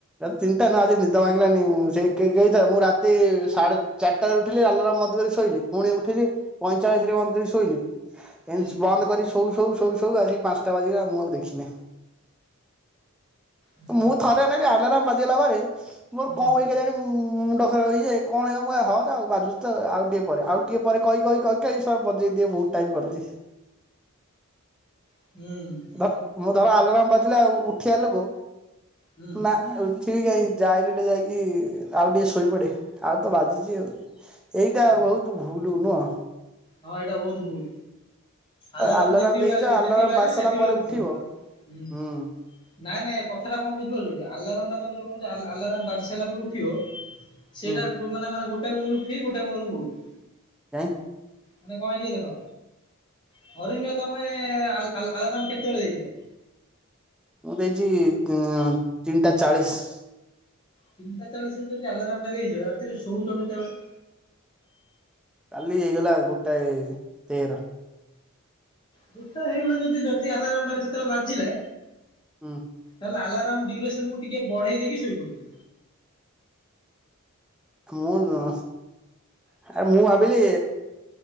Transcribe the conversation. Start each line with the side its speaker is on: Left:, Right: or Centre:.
Centre: ତିନିଟା ନୁହ ଆଜି ନିଦ ମାଗିଲାନି ସେଇ କେଇତା ମୁଁ ରାତି ସାଢେ ଚା ଟାରେ ଉଠିଲି ଆଲରାମ ବନ୍ଦ କରି ଶୋଇଲି ପୁଣି ଉଠିଲି ପଁଚାଳିଶ ରେ ବନ୍ଦ କରି ଶୋଇଲି।
Left: ହୁଁ
Centre: ଏନ୍ତି ବନ୍ଦ କରି ଶୋଉ ଶୋଉ ଶୋଉ ଆଜି ପାଞ୍ଚଟା ବାଜିଲା ମୁଁ ଆଉ ଦେଖିନାଇଁ।
Left: ଆଚ୍ଛା
Centre: ମୁଁ
Left: ଆଚ୍ଛା
Centre: ଥରେ ଆନେଇଲୁ ଆଲାରାମ ବାଜିଗଲା ପରେ ମୋର
Left: ହୁଁ
Centre: କଣ ହୁଏ କେଜାଣି ଉଁ ଉଁ ମୁଣ୍ଡ ଖରାପ ହେଇଯାଏ କଣ ହେ ମୁଁ ହଉ ଥାଉ ବାଜୁଛି ତ ଆଉ ଟିକେ ପରେ ଆଉ ଟିକେ ପରେ କହି କହି ଏଇ ସା ବଜେଇ ଦିଏ ବହୁତ ଟାଇମ୍ <unintelligible>
Left: ହୁଁ।
Centre: ଧ ମୁଁ ଧର ଆଲାରାମ ବାଜିଲା ଆ ଉଠିଆ ଲୋକ
Left: ହୁଁ
Centre: ନା ଉଠ ଉଠିବି କାଇଁକି ଯାଇରେକ୍ଟ ଯାଇକି ଆଉ ଟିକେ ଶୋଇପଡେ ଆଉ ତ ବାଜିଚି ଆଉ। ଏଇଟା
Left: ଓହୋ
Centre: ବହୁତୁ ଭୁଲୁ ନୁଅ।
Left: ହଁ ଏଇଟା ବହୁତୁ ଭୁଲ। ଆଲାରମ
Centre: ଆଲାରାମ
Left: ଯେତେବେଳେ
Centre: ଦେଇଛ ଆଲାରାମ
Left: ଯେତେବେଳେ ଆଜିବ
Centre: ବାଜି ସାରିଲା
Left: ସେତବେଳେ
Centre: ପରେ
Left: ଉଠିବୁ
Centre: ଉଠିବ।
Left: ହୁଁ।
Centre: ହୁଁ
Left: ନାଇଁ ନାଇଁ କଥାଟା କଣ ବୁଝିପାରୁଚୁ ଟି ଯୋଉ ଆଲାରମ୍ ଟା ତମେ ଯୋଉ ହଉଚି ଆଲାରମ୍ ବାଜି ସାରିଲା ପରେ ଉଠିବ ସେଇଟା
Centre: ହୁଁ
Left: ମାନେ ମାନେ ଗୋଟା ଗୁଣରୁ ଠିକ ଗୋଟା ଗୁଣରୁ ଭୁଲ।
Centre: କାଇଁ?
Left: ମାନେ କଣ ହେଇଚି ଦେଖ ଧାରିନିଅ ତମେ ଆ ଆଲାରାମ କେତେବେଳେ ଦେଇଛ?
Centre: ମୁଁ ଦେଇଛି ଉଁ ତିନିଟା ଚାଳିଶ।
Left: ତିନିଟା ଚାଳିଶ ରେ ଯଦି ଆଲାରାମ୍ ଟା ଦେଇଚ ରାତିରେ ଶୋଉଚ କେତେବେଳେ?
Centre: କାଲି ହେଇଗଲା ଗୋଟାଏ ତେର।
Left: ଗୋଟାଏ ହେଇଗଲା ଯଦି ଯଦି ଆଲାରାମ ଟା ବାଜି ଯେତେବେଳେ ବାଜିଲା
Centre: ହୁଁ
Left: ତାହେଲେ ଆଲାର୍ମ ଡ୍ୟୁରେସନକୁୁ ଟିକେ ବଢେଇ ଦେଇକି ଶୋଇପଡିବ।
Centre: ମୁଁ ନୂଅ ଏ ମୁଁ ଆ ଭାବିଲି